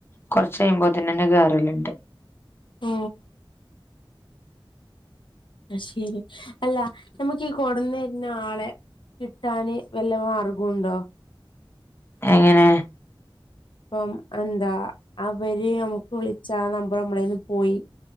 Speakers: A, on the left (about 25°); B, on the left (about 60°).
A: കൊർച്ചെയ്യുമ്പോത്തിനന്നെ കേറല്ണ്ട്
B: ഓ അ ശെരി അല്ല നമ്മക്കീ കൊട്ന്നെര്നാളെ കിട്ടാന് വല്ല മാർഗുണ്ടോ
A: എങ്ങനെ
B: ഇപ്പം എന്താ അവര് നമുക്ക് വിളിച്ചാ നമ്പറ് നമ്മളേന്ന് പോയി